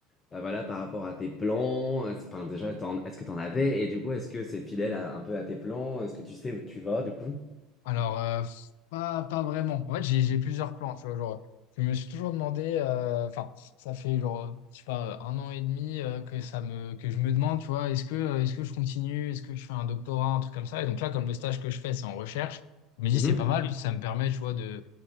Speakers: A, on the left; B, on the left.
A: bah, voilà, par rapport à tes plans, est-ce- enfin, déjà, t'en- est-ce que t'en avais? Et du coup, est-ce que c'est fidèle à- un peu à tes plans? Est-ce que tu sais où tu vas, du coup?
B: Alors, euh, pas, pas vraiment. En fait, j'ai j'ai plusieurs plans, tu vois. Genre, je me suis toujours demandé, euh, enfin, ça fait genre, je sais pas, un an et demi euh, que ça me, que je me demande, tu vois, est-ce que, euh, est-ce que je continue, est-ce que je fais un doctorat, un truc comme ça. Et donc là, comme le stage que je fais, c'est en recherche, je me dis,
A: Mhm.
B: c'est pas mal, parce que ça me permet, tu vois, de,